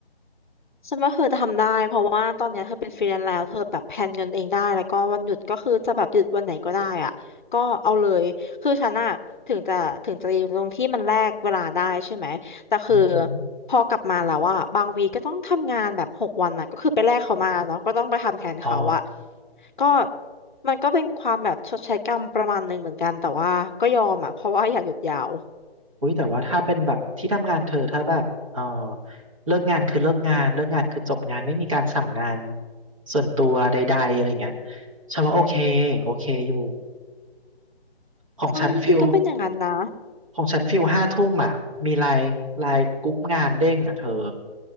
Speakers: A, on the left (about 50°); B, on the right (about 30°).
A: ฉันว่าเธอจะทำได้เพราะว่าตอนเนี้ยเธอเป็นฟรีแลนซ์แล้วเธอแบบแพลนเงินเองได้แล้วก็วันหยุดก็คือจะแบบหยุดวันไหนก็ได้อ่ะก็เอาเลยคือฉันอะถึงจะถึงจะอยู่ตรงที่มันแลกเวลาได้ใช่ไหมแต่คือ
B: อือหือ
A: พอกลับมาแล้วอ่ะบางวีก็ต้องทำงานแบบหกวันอ่ะก็คือไปแลกเขามาเนาะก็ต้องไปทำแทนเขาอ่ะ
B: อ๋อ
A: ก็มันก็เป็นความแบบชดใช้กรรมประมาณหนึ่งเหมือนกันแต่ว่าก็ยอมอ่ะเพราะว่าอยากหยุดยาว
B: อุ้ยแต่ว่าถ้าเป็นแบบที่ทำงานเธอถ้าแบบเออเลิกงานคือเลิกงานเลิกงานคือจบงานไม่มีการสั่งงานส่วนตัวใดๆอะไรเงี้ยฉันว่าโอเคโอเคอยู่ ของฉันฟิล
A: ใช่จริงๆก็เป็นอย่างนั้นนะ
B: ของฉันฟิลห้าทุ่มอ่ะมีไลน์ไลน์กรุ๊ปงานเด้งอ่ะเธอ